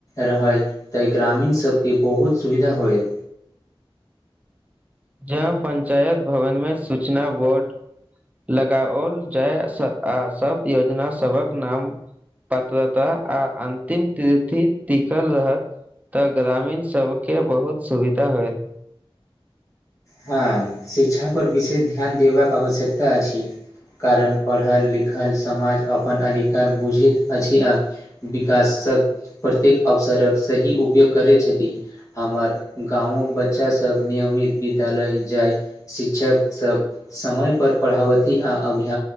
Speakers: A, on the left; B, on the right.
A: रहै तऽ ग्रामीण सबके बहुत सुविधा होयत
B: जब पंचायत भवन में सूचना बोर्ड लगाओल जाय आ सब योजना सबक नाम पात्रता आ अन्तिम तीथि टिकल रहत तऽ ग्रामीण सब के बहुत सुविधा होयत
A: हाँ शिक्षा पर विशेष ध्यान देबाक आवश्यकता अछि कारण पढ़ल लिखल समाज अपन अधिकार बुझैत अछि आ विकासक प्रत्येक अवसरक सही उपयोग करैत छथि हमर गाँवक बच्चा सब नियमित विद्यालय जायत शिक्षक सब समय पर पढ़ावती आ अभय